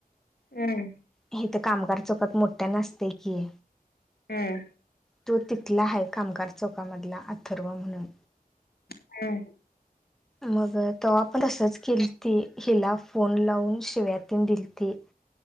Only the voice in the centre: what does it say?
हे तर कामगार चौकत मोठ्यान असते की.
तो तिथला आहे कामगार चौकामधला अथर्व म्हणून.
मग तो वा पण तसच केलती हिला फोन लावून शिव्या तीन दिलती.